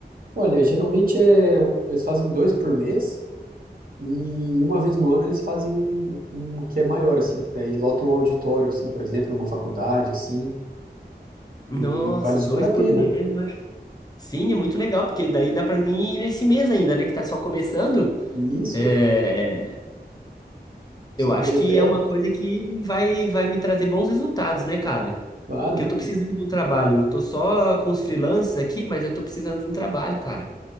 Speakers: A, on the right; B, on the left.
A: Olha, geralmente é um- eles fazem dois por mês e uma vez no ano eles fazem um, um que é maior, assim, que daí lotam um auditório, assim, por exemplo, uma faculdade, assim,
B: Nossa,
A: e vale super
B: dois
A: a
B: por
A: pena.
B: mês, né? Sim, é muito legal, porque daí dá pra mim ir nesse mês ainda, né, que tá só começando.
A: E isso,
B: É, é,
A: você
B: eu
A: pode
B: acho que
A: até,
B: é uma coisa que vai, vai me trazer bons resultados, né, cara?
A: claro,
B: Porque eu tô precisando de um trabalho. Eu tô só com os freelances aqui, mas eu tô precisando de um trabalho, cara.